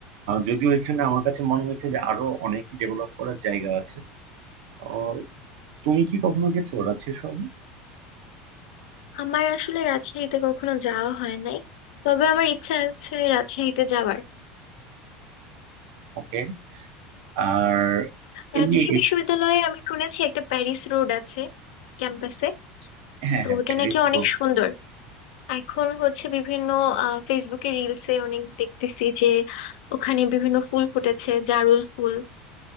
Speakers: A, on the right (about 70°); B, on the left (about 80°).
A: যদিও এখানে আমার কাছে মনে হয়েছে যে আরো অনেক ডেভেলপ করার জায়গা আছে আহ, তুমি কি কখনো গেছো রাজশাহী শহরে
B: আমার আসলে রাজশাহীতে কখনো যাওয়া হয় নাই তবে আমার ইচ্ছা আছে রাজশাহীতে যাওয়ার
A: ওকে আর
B: রাজশাহী
A: এমনি
B: বিশ্ববিদ্যালয়ে আমি শুনেছি একটা প্যারিস রোড আছে ক্যাম্পাসে
A: হ্যাঁ হ্যাঁ
B: তো
A: হ্যাঁ,
B: ওটা
A: প্যারিস
B: নাকি অনেক
A: রোড
B: সুন্দর এখন হচ্ছে বিভিন্ন আহ ফেসবুকে রিলসে অনেক দেখতেছি যে ওখানে বিভিন্ন ফুল ফুটেছে জারুল ফুল